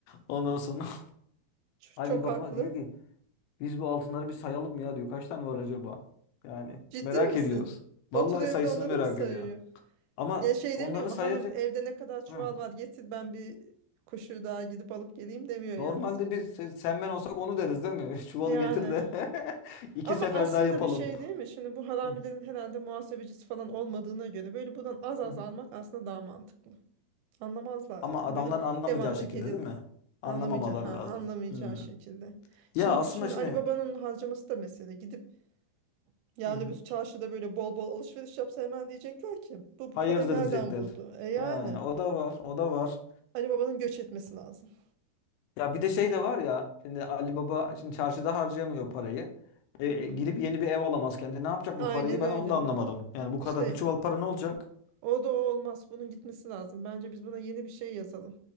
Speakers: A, on the left; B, on the right.
A: Ondan sonra <laughs>
B: Ç-
A: Ali
B: Çok
A: Baba
B: haklı.
A: diyor ki biz bu altınları bir sayalım ya diyor. Kaç tane var acaba? Yani
B: Ciddi
A: merak
B: misin?
A: ediyoruz.
B: Oturuyor
A: Vallahi sayısını
B: bir de onları
A: merak
B: mı sayıyor?
A: ediyor. Ama
B: Ya şey
A: onları
B: demiyor mu?
A: sayacak.
B: Hanım evde ne kadar çuval
A: Hı.
B: var getir ben bir kuşu daha gidip alıp geleyim demiyor
A: Normalde
B: yani.
A: biz se- sen ben olsak onu deriz değil mi? <laughs> Çuvalı
B: Yani
A: getir de <laughs> iki
B: ama
A: sefer
B: aslında
A: daha yapalım.
B: bir şey değil mi? Şimdi bu haramilerin
A: Hı.
B: herhalde muhasebecisi falan olmadığına göre böyle buradan az az
A: Hı.
B: almak aslında daha mantıklı. Anlamazlar
A: Ama
B: yani.
A: adamlar
B: Böyle
A: anlamayacağı
B: devamlı
A: şekilde
B: gelir
A: değil mi? Anlamamaları
B: anlamayacağı ha anlamayacağı
A: lazım. Hı.
B: şekilde. Şimdi
A: Ya aslında
B: şimdi
A: şimdi
B: Ali Baba'nın harcaması da mesele. Gidip yani
A: Hı hı.
B: öbür çarşıda böyle bol bol alışveriş yapsa hemen diyecekler ki bu bu
A: hayırdır
B: parayı nereden
A: diyecekler.
B: buldu? E yani
A: He, o da var, o da var.
B: Ali Baba'nın göç etmesi lazım. <laughs>
A: Ya bir de şey de var ya. Şimdi Ali Baba şimdi çarşıda harcayamıyor parayı. E,
B: Hmm.
A: e, girip yeni bir ev alamaz kendi. Ne yapacak
B: Aynen
A: bu parayı? Ben
B: öyle.
A: onu da anlamadım. Yani bu
B: İşte
A: kadar bir çuval para ne olacak?
B: o da o olmaz. Bunun gitmesi lazım. Bence biz buna yeni bir şey yazalım.